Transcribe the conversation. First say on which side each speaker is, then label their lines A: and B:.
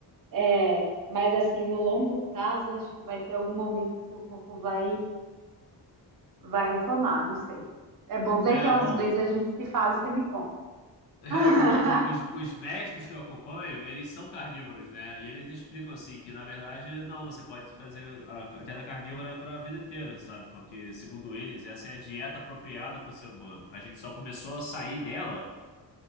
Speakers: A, on the right; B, on the left.
A: é, mas assim, no longo prazo, eu acho que vai ter algum momento que seu corpo vai, vai reclamar, não sei. É bom que
B: É,
A: daqui a
B: bom,
A: uns meses a gente se fala e você me conta.
B: <laughs> é,
A: <laughs>
B: o, bom, os, os médicos que eu acompanho, eles são carnívoros, né? E eles explicam assim que, na verdade, não, você pode fazer a dieta carnívora para a vida inteira, sabe? Porque, segundo eles, essa é a dieta apropriada para o ser humano. A gente só começou a sair dela